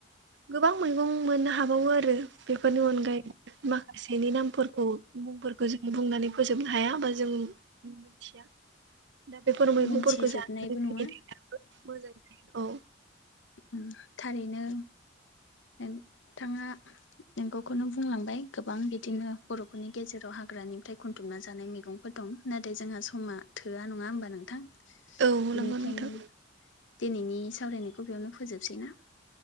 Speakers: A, on the right; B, on the left.
A: गोबां मैगं मोननो हाबावो आरो। बेफोरनि अनगायै माखासेनि नामफोरखौ मुंफोरखौ जों बुंनानै फोजोबनो हाया बा जों मिथिया। दा बेफोर मैगंफोरखौ
B: मोनथिजोबनायबो
A: जानानै जोंनि
B: नङा
A: देहायाबो मोजां जायो। औ
B: उम थारैनो नोंथांङा नोंगौखौनो बुंलांबाय गोबां बिदिनो बर'फोरनि गेजेराव हाग्रानिफ्राय खुन्थुमना जानाय मैगंफोर दं। नाथाय जोंहा समा थोआ। नङा होमबा नोंथां?
A: औ
B: बेनिखायनो
A: नंगौ नोंथां
B: दिनैनि सावरायनायखौ बेयावनो फोजोबसै ना?